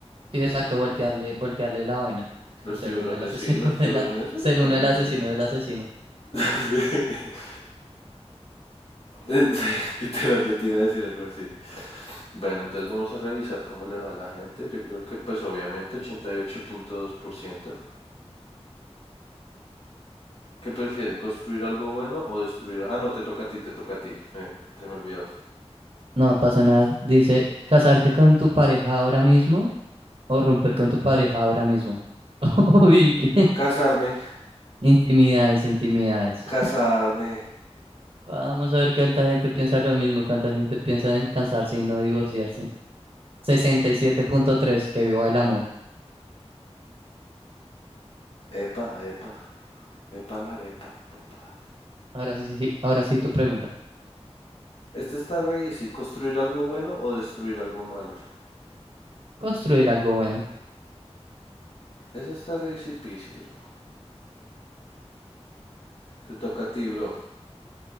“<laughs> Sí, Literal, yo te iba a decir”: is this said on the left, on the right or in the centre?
Left